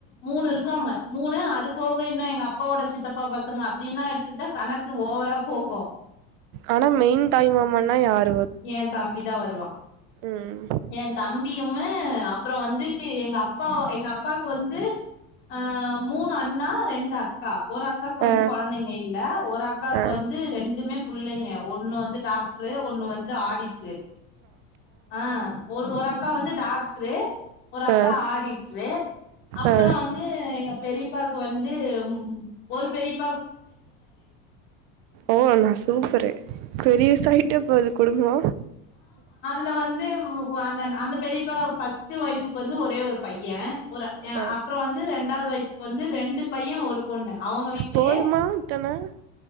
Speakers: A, on the left; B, on the right.
A: மூணு இருக்காங்க மூணு அது போக இன்னு எங்க அப் ஓட சித்தப் அப்பா பசங்க அப்டின எடுத்துக்கிட்டா கணக்கு ஓவரா போக
B: ஆனா மெயின் தாய் மாமானா யார்
A: எ தம்பி தா வருவா
B: ம்
A: எ தம்பியுமே அப்பற வந்து எங்க அப்பா எங்க அப்பாக்கு வந்து அ மூணு அண்ணா ரெண்டு அக் கா ஒரு அக்காக்கு வந்து
B: ஆ
A: குழந்தைங்க இல்ல ஒரு அக்காவுக்கு
B: ஆ
A: வந்து ரெண்டுமே புள்ளைங்க ஒண்ணு வந்து டாக்டரு ஒண்ணு வந்து ஆடிடரு ஆ ஒரு ஒரு அக்கா வந்து டாக்டரு ஒரு அக்கா
B: ஆ
A: ஆடிட்ரு அப்பற
B: ஆ
A: வந்து எங்க பெரிப்பாக்கு வந்து ம் ஒரு பெரிப்ப
B: ஓ நா சூப்பரு பெருசாயிட்டே போது குடும்போ
A: இப்ப வந்து அ அந்த பெரிப் பெரிப்ப ஃபார்ஸ்ட் வைஃப்க்கு வந்து ஒரே ஒரு பைய ஒரு அ
B: ஆ
A: அப்புற வந்து ரெண்டாவது வைஃப்க்கு வந்து ரெண்டு பைய ஒரு பொண்ணு அவங்க வீடலயே
B: போதுமா இத்தன